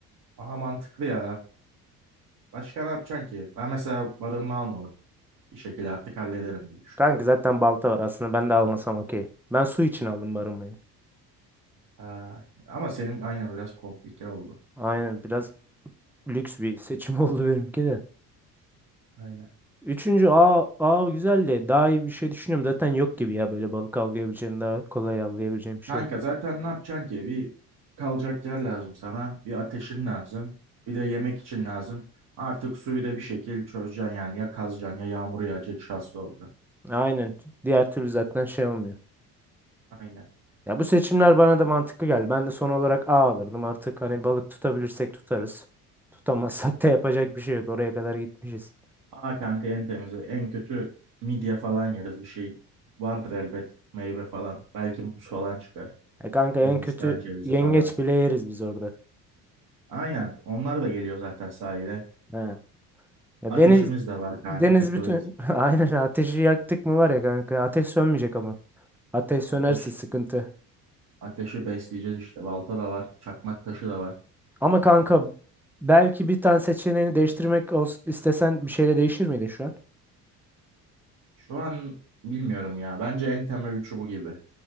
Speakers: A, on the right; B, in the centre.
A: Aa mantıklı ya. Başka ne yapacaksın ki? Ben mesela barınma almalım Bir şekilde artık hallederim diye düşünüyorum.
B: Kanka zaten balta var aslında ben de almasam okey. Ben su için aldım barınmayı.
A: Aa, ama senin aynen biraz komplike oldu.
B: Aynen biraz lüks bir seçim <laughs> oldu benimki de.
A: Aynen.
B: Üçüncü A, A güzel de daha iyi bir şey düşünüyorum. Zaten yok gibi ya böyle balık avlayabileceğim daha kolay avlayabileceğim bir şey
A: Kanka
B: yok.
A: zaten ne yapacaksın ki? Bir kalacak yer lazım sana. Bir ateşin lazım. Bir de yemek için lazım. Artık suyu da bir şekil çözeceksin yani. Ya kazacaksın ya yağmur yağacak şanslı olacaksın.
B: Aynen diğer türlü zaten şey olmuyor.
A: Aynen.
B: Ya bu seçimler bana da mantıklı geldi. Ben de son olarak A alırdım artık hani balık tutabilirsek tutarız. Tutamazsak da yapacak bir şey yok oraya kadar gitmişiz.
A: Aa kanka en temizi. En kötü midye falan yeriz. Bir şey vardır elbet. Meyve falan. Belki muz falan çıkar.
B: Ya kanka en
A: Hindistan
B: kötü
A: cevizi
B: yengeç
A: falan.
B: bile yeriz biz orada.
A: Aynen. Onlar da geliyor zaten sahile.
B: He. Ya
A: Ateşimiz
B: deniz
A: de var kanka
B: deniz
A: takılırız.
B: bütün <laughs> aynen ateşi yaktık mı var ya kanka ateş sönmeyecek ama. Ateş sönerse
A: Ateş.
B: sıkıntı.
A: Ateşi besleyeceğiz işte. Balta da var. Çakmak taşı da var.
B: Ama kanka belki bir tane seçeneğini değiştirmek ols- istesen bir şeyle değişir miydi şu an?
A: Şu an bilmiyorum ya. Bence en temel üçü bu gibi.